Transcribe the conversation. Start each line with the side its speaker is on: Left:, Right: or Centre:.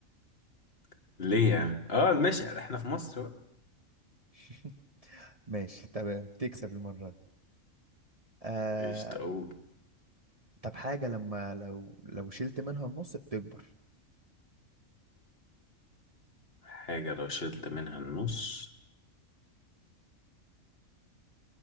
Left: <laughs> ليه يعني اه ماشي احنا في مصر بقى
Right: <laughs> ماشي تمام تكسب المرة دي آه
Left: ايش تقول
Right: طب حاجة لما لو لو شلت منها النص بتكبر
Left: حاجة لو شلت منها النص